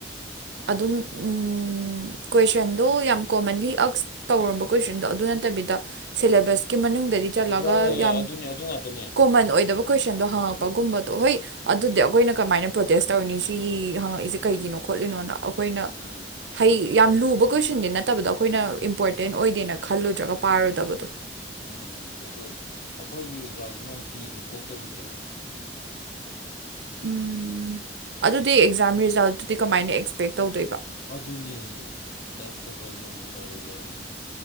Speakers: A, on the right (about 85°); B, on the left (about 55°).
A: ꯑꯗꯨꯝ ꯎꯝ ꯀꯣꯏꯁꯟꯗꯣ ꯌꯥꯝ ꯀꯣꯃꯟꯂꯤ ꯑꯛꯁ ꯇꯧꯔꯝꯕ ꯀꯣꯏꯁꯟꯗꯣ ꯑꯗꯨ ꯅꯠꯇꯕꯤꯗ ꯁꯦꯂꯦꯕꯁꯀꯤ ꯃꯅꯨꯡꯗꯗꯤ ꯆꯠꯂꯒ
B: ꯌꯥꯏ ꯌꯥꯏ ꯌꯥꯏ
A: ꯌꯥꯝ
B: ꯑꯗꯨꯅꯦ ꯑꯗꯨ ꯉꯥꯛꯇꯅꯦ
A: ꯀꯣꯃꯟ ꯑꯣꯏꯗꯕ ꯀꯣꯏꯁꯟꯗꯣ ꯍꯪꯉꯛꯄꯒꯨꯝꯕꯗꯣ ꯍꯣꯏ ꯑꯗꯨꯗꯤ ꯑꯈꯣꯏꯅ ꯀꯃꯥꯏꯅ ꯄ꯭ꯔꯣꯇꯦꯁ ꯇꯧꯔꯅꯤ ꯁꯤꯒꯤ ꯍꯪꯉꯛꯏꯖꯦ ꯀꯩꯒꯤꯅꯣ ꯈꯣꯠꯂꯤꯅꯣꯅ ꯑꯈꯣꯏꯅ
B: ꯎꯝ
A: ꯍꯩ ꯌꯥꯝ ꯂꯨꯕ ꯀꯣꯏꯁꯟꯗꯤ ꯅꯠꯇꯕꯗꯣ ꯑꯈꯣꯏꯅ ꯏꯝꯄꯣꯔꯇꯦꯟ ꯑꯣꯏꯗꯦꯅ ꯈꯜꯂꯨꯗ꯭ꯔꯒ ꯄꯥꯔꯨꯗꯕꯗꯣ
B: ꯎꯝ ꯑꯗꯣ ꯑꯩꯈꯏꯒꯤ ꯑꯦꯛꯖꯥꯝꯖꯤꯅ ꯑꯃꯨꯛ ꯀꯤꯖꯨ ꯊꯣꯛꯇꯕꯤꯅꯦꯕ
A: ꯎꯝ ꯑꯗꯨꯗꯤ ꯑꯦꯛꯖꯥꯝ ꯔꯤꯖꯜꯇꯨꯗꯤ ꯀꯃꯥꯏꯅ ꯑꯦꯛꯁꯄꯦꯛ ꯇꯧꯗꯣꯏꯕ
B: ꯑꯗꯨꯅꯤ that's the problem with that exam